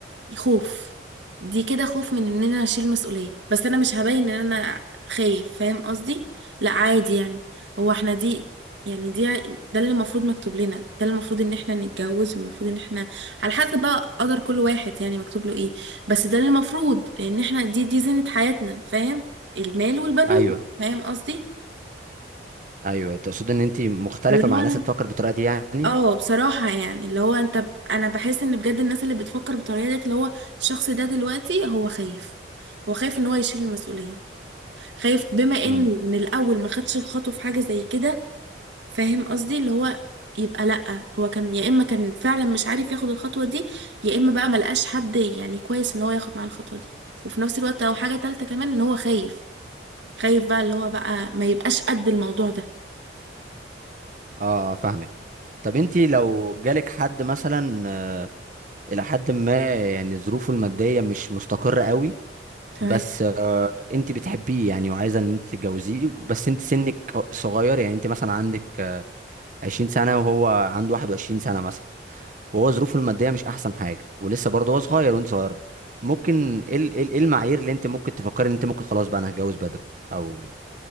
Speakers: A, on the right; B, on the right.
A: خوف دي كده خوف من ان انا اشيل مسؤولية بس انا مش هبين ان انا خايف فاهم قصدي لا عادي يعني هو احنا دي يعني دي ده اللي المفروض مكتوب لنا ده اللي المفروض ان احنا نتجوز والمفروض ان احنا على حسب بقى قدر كل واحد يعني مكتوب له ايه بس ده اللي المفروض لان احنا دي دي زينة حياتنا فاهم المال والبنون
B: ايوه
A: فاهم قصدي
B: ايوه تقصد ان انت مختلفه
A: فاللي
B: مع
A: هو انا
B: ناس بتفكر بالطريقه دي يعني
A: اه بصراحة يعني اللي هو انت ب... انا بحس ان بجد الناس اللي بتفكر بالطريقة ديت اللي هو الشخص ده دلوقتي هو خايف هو خايف ان هو يشيل المسؤولية خايف بما انه
B: امم
A: من الاول ما خدش الخطوة في حاجة زي كده فاهم قصدي اللي هو يبقى لأ هو كان يا اما كان فعلا مش عارف ياخد الخطوة دي يا اما بقى ملقاش حد يعني كويس ان هو ياخد معاه الخطوة دي وفي نفس الوقت او حاجة تالتة كمان ان هو خايف خايف بقى اللي هو بقى ما يبقاش قد الموضوع ده
B: اه فاهمك طب انت لو جالك حد مثلا الى حد ما يعني ظروفه الماديه مش مستقره قوي
A: تمام
B: بس آه انت بتحبيه يعني وعايزه ان انت تتجوزيه بس انت سنك صغير يعني انت مثلا عندك آه، 20 سنه وهو عنده 21 سنه مثلا وهو ظروفه الماديه مش احسن حاجه ولسه برضه هو صغير وانت صغيره ممكن ايه ال- ايه ال- إيه المعايير اللي انت ممكن تفكري ان انت ممكن خلاص بقى انا هتجوز بدري او